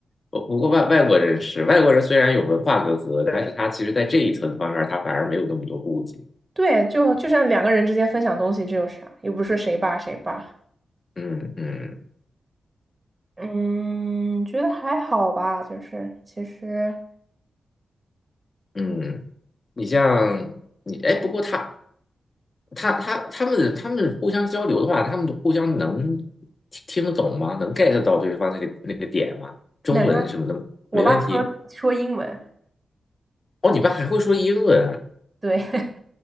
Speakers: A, on the left; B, on the right.
A: 不不过外外国人是外国人，虽然有文化隔阂，但是他其实在这一层方面，他反而没有那么多顾忌。
B: 对，就就像两个人之间分享东西，这有啥？又不是谁霸谁霸。
A: 嗯嗯
B: 嗯，觉得还好吧，就是其实
A: 嗯，你像你哎，不过他他他他们他们互相交流的话，他们互相能听听得懂吗？能 get 到对方那个那个点吗？中文什么的没问题。
B: 哪怕我爸说说英文，
A: 哦，你爸还会说英文啊，
B: 对